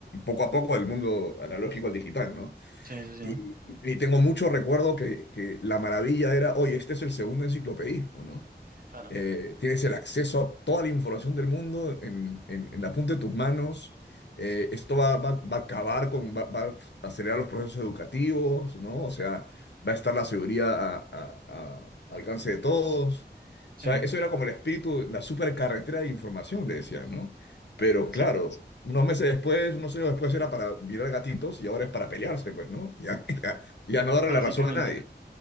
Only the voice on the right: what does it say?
Sí, sí, sí,
claro.
Sí,
exacto.
Básicamente.